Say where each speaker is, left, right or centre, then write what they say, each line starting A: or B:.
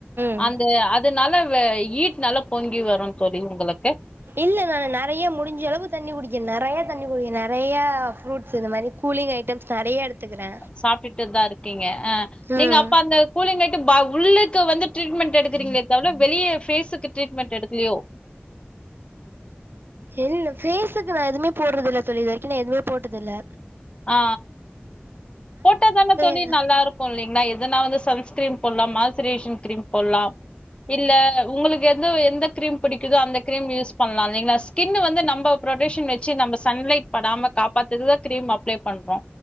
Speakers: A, on the right; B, on the left.
A: ம்
B: அந்த அது நல்லா வ ஹுட்னால பொங்கி வரும் தோழி உங்ளுக்கு
A: இல்ல நா நெறையா முடிஞ்ச அளவு தண்ணி குடிக்கே நேறையா தண்ணி குடிக்கே நெறையா ஃப்ரூட் சோ இந்த மாரி கூலிங் ஐட்டம்ஸ் நெறையா எடுத்துக்கறே
B: சாப்டுட்டுதாருக் க்கீங்க ஆ
A: ம்
B: நீங்க அப்ப அந்த கூலிங் ஐட் பா உள்ளுக்க வந்து ட்ரீட்மெண்ட் எடுக்குறீங்களே தவிர வெளிய ஃபேஸ்க்கு ட்ரீட்மெண்ட் எடுக்லையோ
A: இல்ல பேஸுக்கு நா எதுமே போடுறது இல்ல தோழி இது வரைக்கு நா எதுமே போட்டது இல்ல
B: ஆ போட்டாதான தோழி
A: இல்ல
B: நல்லாருக்கு இல்லைங்களா எதுனாது சன்ஸ்கிரீம் போடலாம் மாசுரேஷன் கிரீம் போடலாம் இல்ல உங்களுக்கு எது எந்த கிரீம் பிடிக்குதோ அந்த கிரீம் யூஸ் பண்ணலா இல்லைங்களா ஸ்கின்னு வந்து நம்ப புரொடெக்க்ஷன் வச்சு நம்ப சன்லைட் படாம காப்பாத்துறக்கு கிரீம் அப்ளை பண்றோ